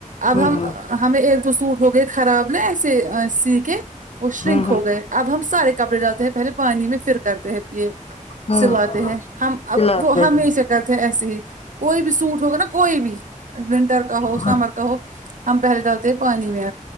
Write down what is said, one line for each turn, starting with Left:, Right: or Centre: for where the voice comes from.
Right: اب
Left: ہوں
Right: ہم
Left: ہوں
Right: ہمیں ایک دو سوٹ ہو گئے خراب نہ ایسے سی کے وہ شرنک
Left: ہوں ہوں
Right: ہو گئے اب ہم سارے کپڑے ڈالتے ہیں پہلے پانی میں فر کرتے ہیں یہ
Left: ہوں
Right: سلا تے ہیں ہم
Left: کھلاتے
Right: اب تو ہم
Left: ہیں
Right: ہی سے کرتے ہیں ایسے ہی کوئی بھی سوٹ ہوگا نہ کوئی بھی ونٹر کا ہو سمر
Left: ہاں
Right: کا ہو ہم پہلے ڈالتے ہیں پانی میں